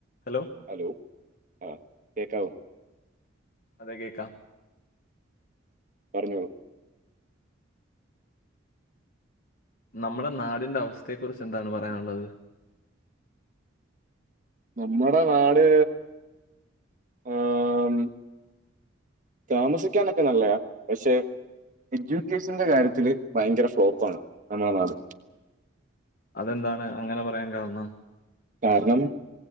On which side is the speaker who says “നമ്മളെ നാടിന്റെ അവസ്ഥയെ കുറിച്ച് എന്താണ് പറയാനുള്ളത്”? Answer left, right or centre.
Left